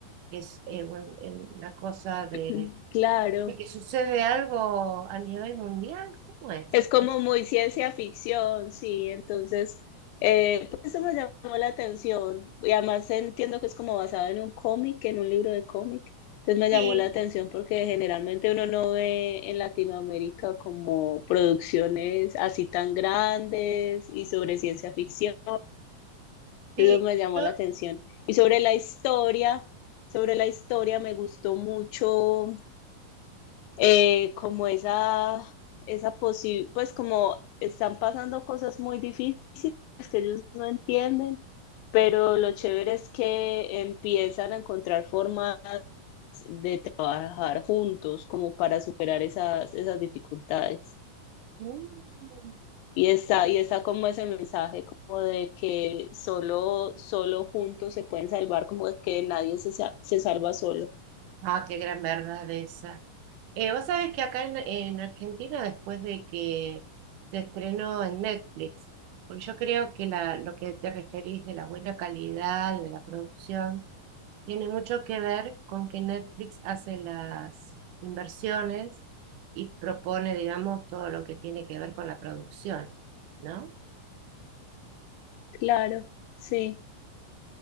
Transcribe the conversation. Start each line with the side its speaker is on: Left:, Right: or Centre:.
Right: es eh, un- eh, una cosa de,
Left: <clears throat> Claro.
Right: de que sucede algo a nivel mundial. ¿Cómo es?
Left: Es como muy ciencia ficción, sí, entonces eh, pues eso me llamó la atención y además entiendo que es como basado en un cómic, en un libro de cómic, entonces me llamó
Right: Sí,
Left: la atención porque generalmente uno no ve en Latinoamérica como producciones así tan grandes y sobre ciencia ficción,
Right: sí.
Left: eso me llamó
Right: Yo,
Left: la atención. Y sobre la historia, sobre la historia me gustó mucho eh, como esa, esa posibilidad, pues como están pasando cosas muy difíciles que ellos no entienden, pero lo chévere es que empiezan a encontrar formas de trabajar juntos como para superar esas, esas dificultades.
Right: Mm.
Left: Y está, y está como ese mensaje como de que solo, solo juntos se pueden salvar, como de que nadie se, sa- se salva solo.
Right: Ah, qué gran verdad esa. Eh, vos sabés que acá en, en Argentina, después de que se estrenó en Netflix, porque yo creo que la, lo que te referís de la buena calidad, de la producción, tiene mucho que ver con que Netflix hace las inversiones y propone, digamos, todo lo que tiene que ver con la producción, ¿no?
Left: Claro, sí,